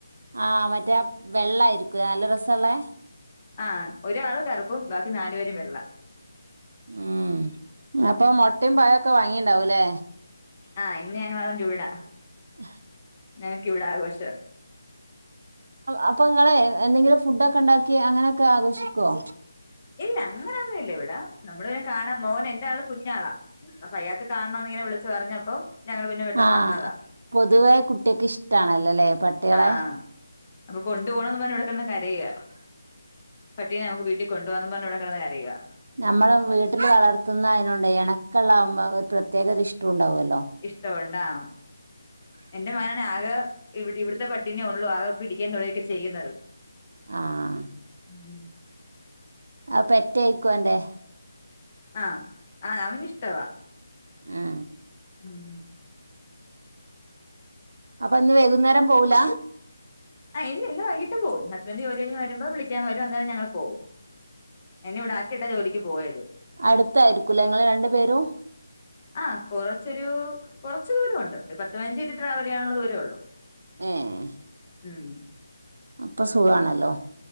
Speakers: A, on the right; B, on the left.
A: ആഹ് മറ്റേ വെള്ളായിരിക്കു നല്ല രസള്ളേ
B: ആഹ് ഒരാള് കറുപ്പും ബാക്കി നാലു പേരും വെള്ള
A: ഉം അപ്പ മുട്ടെ പഴൊക്കെ വാങ്ങിണ്ടാവൂല്ലേ
B: ആഹ് ഇന്ന് ഞങ്ങ അതൊണ്ട് വിടാ
A: ആഹ്
B: ഞനക്കവിടെ ആഘോഷാ
A: അപ്പൊ നിങ്ങളെ എന്തെങ്കിലും ഫുഡൊ ഒക്കെ ഇണ്ടാക്കി അങ്ങനെയൊക്കെ ആഘോഷിക്കുവോ
B: ഇല്ല അങ്ങനൊന്നും ഇല്ല ഇവിടെ നമ്മുടെപിന്നെ കാണാൻ മോൻ എന്റെ ആള് കുഞ്ഞാളാ അയാക്ക് കാണോന്ന് ഇങ്ങനെ വിളിച്ചു പറഞ്ഞപ്പം ഞങ്ങള് പിന്നെ പെട്ടെന്ന്
A: ആഹ്
B: വന്നതാ
A: പൊതുവേ കുട്ടികക്ക് ഇഷ്ടണല്ലോല്ലെ പട്ടികളെ
B: ആഹ് അപ്പൊ കൊണ്ടു പോണംന്ന് പറഞ്ഞ ഇവിട കിടന്ന്കരയ പട്ടീനെ നമുക്ക് വീട്ടിൽ കൊണ്ടുവാന്നും പറഞ്ഞ ഇവികിടന്ന് കരയാ
A: നമ്മളെ വീട്ടിൽ വളർത്തുന്ന അതിനൊണ്ട് ഇണക്കള്ളാവുമ്പോ ഒരു പ്രത്യേക ഒരു ഇഷ്ടുണ്ടാവുല്ലോ
B: ഇഷ്ടഒണ്ടാവും എന്റെ മകനാണ് ആകെ ഇ ഇവിടുത്തെ പട്ടീനേ ഉള്ളൂ ആകെ പിടിക്കാൻ തൊടൊക്കെ ചെയ്യുന്നത്
A: ആഹ്
B: ഉം
A: ആ പെറ്റയിക്കു ഒന്റെ
B: ആഹ് ആഹ അവനി ഇഷ്ടവാ
A: ആ
B: ഉം
A: അപ്പൊ ഇന്ന് വൈകുന്നേരം പോവുല
B: ആ ഇന്ന് വൈകട്ട് പോവും ഹസ്ബന്റ് ജോലികഴിഞ് വരുമ്പം വിളിക്കൻ വരും അന്നേരം ഞങ്ങള് പോവും എന്നെ ഇവിടെ ആക്കിട്ടാ ജോലിക്ക് പോയത്
A: അടുത്തായിരിക്കൂല്ലെ ഇങ്ങൾ രണ്ടു പേരും
B: ആഹ് കൊറച്ചൊരു കുറച്ച് ദൂര ഉണ്ട് ഒരു പത്ത് പതിനഞ്ച് ട്രാവൽ ചെയ്യാനുള്ള ദൂരേ ഉള്ളൂ
A: ഏഹ്
B: ഉം
A: അപ്പൊ സുഖാണല്ലോ